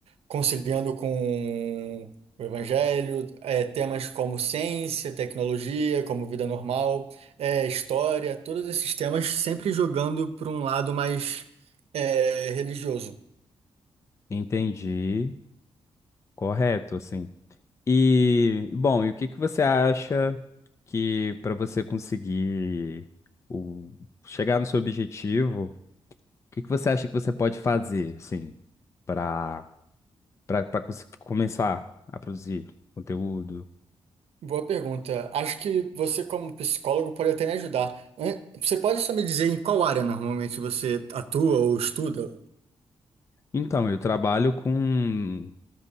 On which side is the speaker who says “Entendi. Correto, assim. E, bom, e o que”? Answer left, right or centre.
Left